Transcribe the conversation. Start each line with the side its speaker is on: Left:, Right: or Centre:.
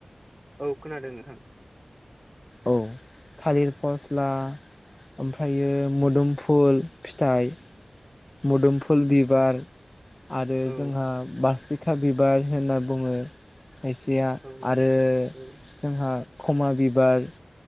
Right: औ खोनादों नोंथां।
Left: औ थालिर फस्ला ओमफ्रायो मोदोमफुल फिथाइ मोदोमफुल बिबार आरो
Right: औ
Left: जोंहा बारसिखा बिबार होनना बुङो। खायसेया
Right: औ
Left: आरो
Right: औ
Left: जोंहा खमा बिबार।